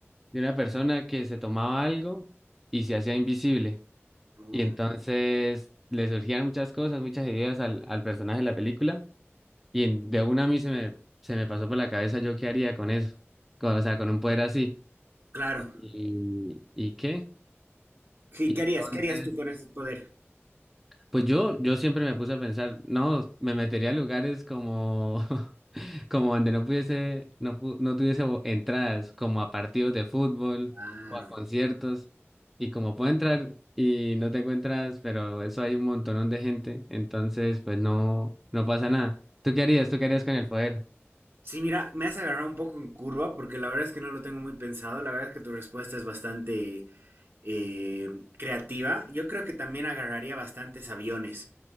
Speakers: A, in the centre; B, on the right (about 50°).
A: de una persona que se tomaba algo y se hacía invisible.
B: Oh,
A: Y entonces le surgían muchas cosas, muchas ideas al, al personaje de la película. Y en- de una a mí se me, se me pasó por la cabeza yo qué haría con eso, con- o sea, con un poder así.
B: claro.
A: ¿Y, y qué?
B: Sí,
A: Y
B: ¿qué
A: entonces,
B: harías? ¿Qué harías tú con ese poder?
A: pues yo, yo siempre me puse a pensar, no, me metería a lugares como, <laughs> como donde no pudiese, no, pu- no tuviese bo- entradas, como a partidos de fútbol
B: Claro.
A: o a conciertos. Y como puedo entrar y no tengo entradas, pero eso hay un montonón de gente, entonces pues no, no pasa nada. ¿Tú qué harías? ¿Tú qué harías con el poder?
B: Sí, mira, me has agarrado un poco en curva porque la verdad es que no lo tengo muy pensado. La verdad es que tu respuesta es bastante eh, creativa. Yo creo que también agarraría bastantes aviones.